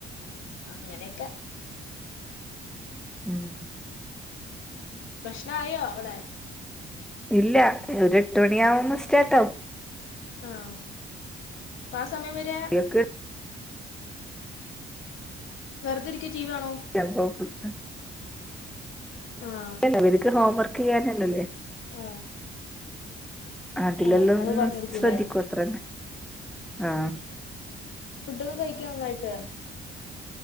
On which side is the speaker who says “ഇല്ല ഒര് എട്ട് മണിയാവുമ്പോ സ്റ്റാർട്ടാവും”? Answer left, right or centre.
Centre